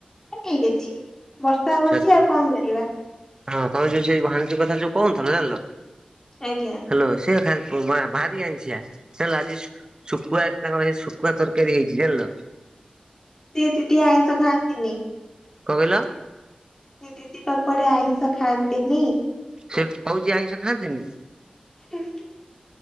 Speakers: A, on the left (about 20°); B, on the right (about 30°).
A: ଠିକ ଅଛି ବର୍ଷା ହଉଛି
B: ହୁଁ।
A: ଆଉ କଣ କରିବା।
B: ହଁ ତମେ ଯୋଉ ସେଇ ଭାନିଜି କଥା ଯୋ କହୁନଥିଲ ଜାଣିଲ।
A: ଆଜ୍ଞା।
B: ହାଲୋ ସେ ଖା ଭାରି ଆଇଁଶିଆ ହେଲା ଆଜି ଶୁଖୁଆ ଆଜି ତାଙ୍କର ହେଇ ଶୁଖୁଆ ତରକାରୀ ହେଇଚି ଜାଣିଲ।
A: ସିଏ ଦିଦି ଆଇଁଷ ଖାଆନ୍ତିନି।
B: କ କହିଲ?
A: ଦିଦି ପା କୁଆଡେ ଆଇଁଷ ଖାଆନ୍ତିନି।
B: ସେ କହୁଛି ଆଇଁଷ ଖାଆନ୍ତିନି।
A: ହୁଁ ହୁଁ।